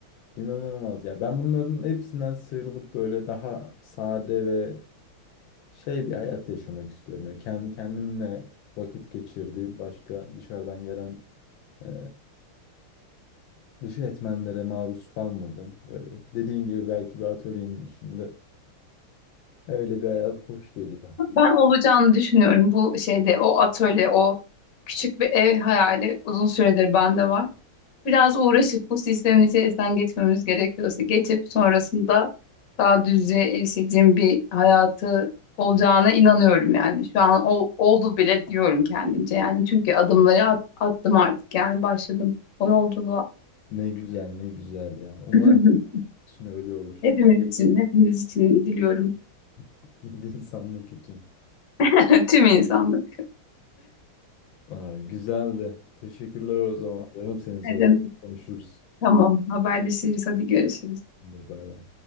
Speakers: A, on the left (about 75°); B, on the left (about 55°).
A: İnanılmaz ya. Ben bunların hepsinden sıyrılıp böyle daha sade ve şey bir hayat yaşamak istiyorum. Yani kendi kendimle vakit geçirdiğim, başka dışarıdan gelen e, dış etmenlere maruz kalmadım. Böyle dediğin gibi belki bir atölyenin içinde öyle bir hayat hoş geliyor.
B: Ben olacağını düşünüyorum bu şeyde o atölye o küçük bir ev hayali uzun süredir bende var. Biraz uğraşıp bu sistemin içerisinden geçmemiz gerekiyorsa geçip sonrasında daha düzlüğe erişeceğim bir hayatı olacağına inanıyorum yani. Şu an o oldu bile diyorum kendimce yani çünkü adımları at- attım artık yani başladım o yolculuğa.
A: Ne güzel ne güzel ya. Umarım
B: <laughs>
A: için öyle olur.
B: Hepimiz için, hepimiz için diliyorum.
A: <laughs> İnsanlık için.
B: <laughs> Tüm insanlık.
A: Ay, güzeldi. Teşekkürler o zaman. Ararım seni sonra
B: Ne demek?
A: konuşuruz.
B: Tamam, haberleşiriz. Hadi görüşürüz.
A: Bay bay.